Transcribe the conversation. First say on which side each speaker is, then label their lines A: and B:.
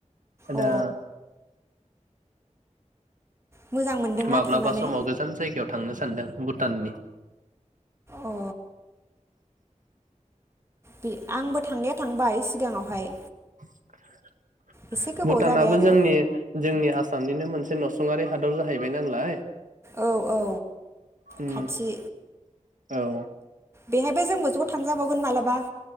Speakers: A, on the right (about 20°); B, on the right (about 85°).
A: अ
B: दा
A: मोजां मोनदोंना
B: माब्लाबा
A: थांनानै
B: समाव गोजान जायगायाव थांनोस सानदों भुटाननि
A: अ बे आंबो थांनाया थांबाय सिगाङावहाय
B: <inaudible>
A: एसे गोबाव
B: भुटानाबो
A: जाबाय आरो
B: जोंनि जोंनि आस सामनिनो मोनसे नसुंयारि हादर जाहैबाय नालाय
A: औ औ
B: ओम
A: खाथि
B: औ
A: बेहायबो जोंबो ज थां जाबावगोन मालाबा